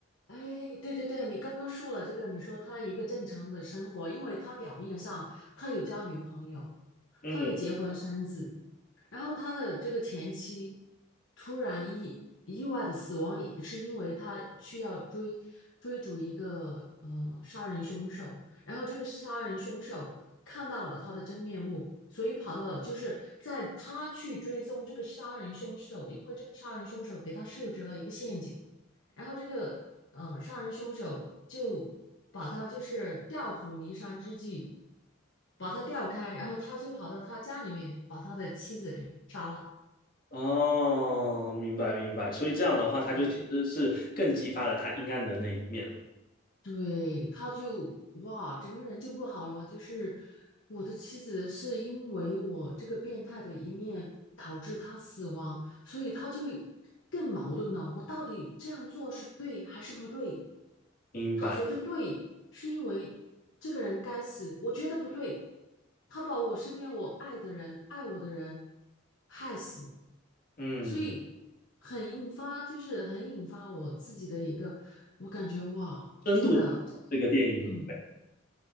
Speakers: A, on the left; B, on the left.
A: 哎，对对对，你刚刚说了这个，你说他一个正常的生活，因为他表面上他有交女朋友，
B: 嗯，
A: 他也结婚嗯生子，然后他的这个前妻突然意意外的死亡，也是因为他去要追追逐一个呃杀人凶手，然后这个杀人凶手看到了他的真面目，所以跑到了就是在他去追踪这个杀人凶手，因为这个杀人凶手给他设置了一个陷阱。然后这个嗯、呃杀人凶手就把他就是调虎离山之计，把他调开，然后他就跑到他家里面把他的妻子给杀了。
B: 哦，明白明白，所以这样的话，他就其实是更激发了他阴暗的那一面了。
A: 对，对，他就哇，整个人就不好了。就是我的妻子是因为我这个变态的一面导致他死亡，所以他就更矛盾了。我到底这样做是对还是不对？
B: 明白，
A: 他觉得对，是因为这个人该死；我觉得不对，他把我身边我爱的人、爱我的人害死了，
B: 嗯，
A: 所以很引发，就是很引发我自己的一个，我感觉哇，
B: 深度这个电影，
A: 真的，真的，嗯，